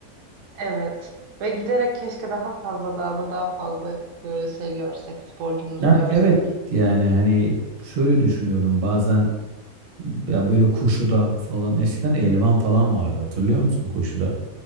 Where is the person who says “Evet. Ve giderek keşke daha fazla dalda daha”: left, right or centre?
Right